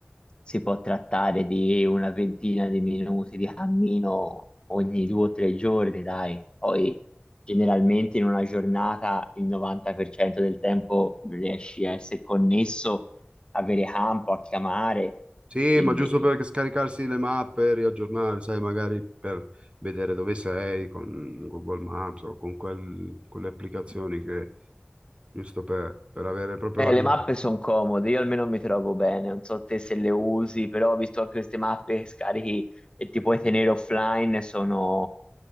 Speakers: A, on the left; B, on the right.
A: si può trattare di una ventina di minuti di cammino ogni due o tre giorni, dai. Poi generalmente in una giornata il 90% del tempo riesci a essere connesso, avere campo, a chiamare,
B: Sì,
A: quindi...
B: ma giusto per scaricarsi le mappe, riaggiornare, sai, magari per vedere dove sei con Google Maps o con quel- quelle applicazioni che, giusto per, per avere proprio
A: Eh,
B: la
A: le
B: via.
A: mappe sono comode, io almeno mi trovo bene, non so te se le usi, però ho visto che queste mappe che scarichi e ti puoi tenere offline, sono